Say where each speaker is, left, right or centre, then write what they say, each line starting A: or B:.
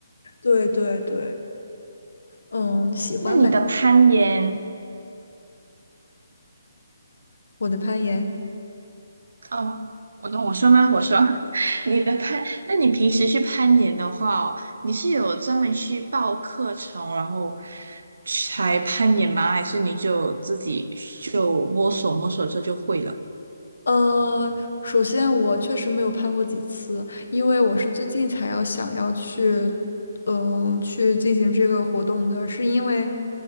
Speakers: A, on the left; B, on the right.
A: 对对对，嗯，喜欢买
B: 那你的攀岩，
A: 我的攀岩。
B: 哦，我我说吗？我说，<laughs> 你的攀，那你平时去攀岩的话哦你是有专门去报课程，然后才攀岩吗？还是你就自己就摸索摸索这就会了？
A: 呃，首先我确实没有攀过几次，因为我是最近才要想要去，嗯，去进行这个活动的，是因为